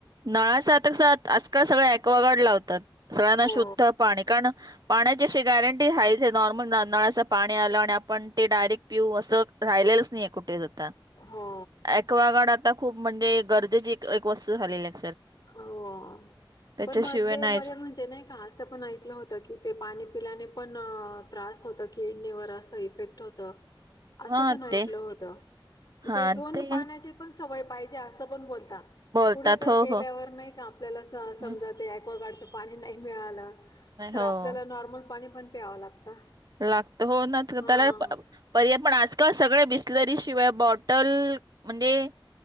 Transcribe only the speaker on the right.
नळासात सात आजकाल सगळे ॲक्वागाड लावतात. सगळ्यांना
शुद्ध पाणी कारण पाण्याची अशी गॅरंटी आहे, जे नॉर्मल नळाच पाणी आलं आणि आपण ते डायरेक्ट पिऊ असं राहिलेलंच नाही कुठे आता
अ‍ॅक्वागार्ड आता खूप म्हणजे गरजेची एक वस्तू झालेली आहे.
त्याच्याशिवाय
नाहीच
हा
ते
हा
ते
बोलतात
हो.
हो.
हम्म.
नाही,
हो
लागत हो ना त्याला
पर्याय पण आजकाल सगळे बिसलेरी शिवाय बॉटल म्हणजे